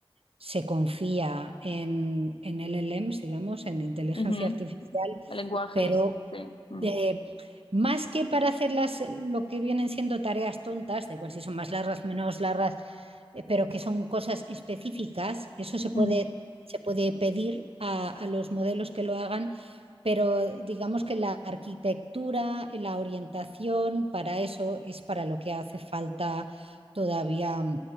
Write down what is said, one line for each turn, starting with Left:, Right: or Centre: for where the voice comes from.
Right: se confía en, en LLMs, digamos, en inteligencia
Left: Ujú.
Right: artificial,
Left: Lenguajes,
Right: pero
Left: sí. Mm.
Right: de, más que para hacer las, lo que vienen siendo tareas tontas, de igual si son más largas, menos largas, eh, pero que son cosas específicas, eso se puede,
Left: Ujú.
Right: se puede pedir a, a los modelos que lo hagan, pero digamos que la arquitectura, la orientación, para eso es para lo que hace falta todavía